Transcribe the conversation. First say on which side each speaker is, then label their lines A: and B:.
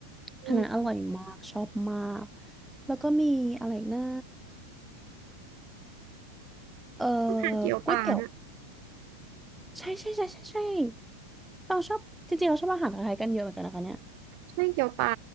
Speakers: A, in the centre; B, on the right.
A: อันนั้นอร่อยมากชอบมาก
B: อืม
A: แล้วก็มีอะไรอีกนะเอ่อ
B: ทานเกี๊ยวปลาด้วย
A: ก๋วยเตี๋ยว ใช่ใช่ใช่ใช่ใช่เราชอบจริงๆเราชอบอาหารไทยกันเยอะเหมือนกันนะคะเนี่ย
B: ใช่เกี๊ยวปลา